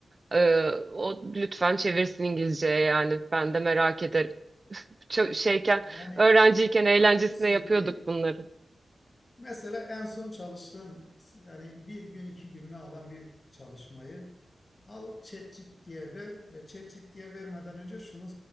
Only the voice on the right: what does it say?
Ee, o lütfen çevirsin İngilizceye yani ben de merak ederim. Çok şeyken
öğrenciyken
eğlencesine
yapıyorduk bunları.